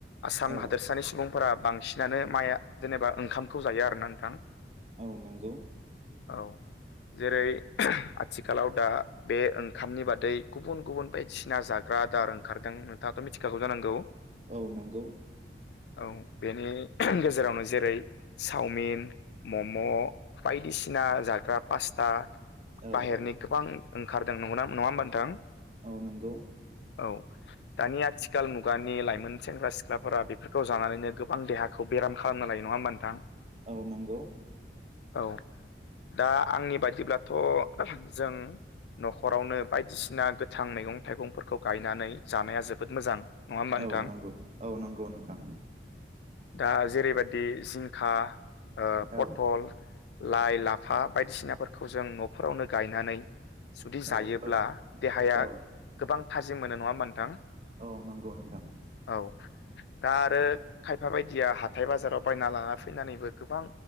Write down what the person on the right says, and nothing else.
औ
औ नांगौ।
औ नंगौ।
औ
औ
औ नंगौ‌
औ नंगौ।
औ नंगौ। औ नंगौ नोंथां।
औ
औ
औ
औ
औ नंगौ नोंथां।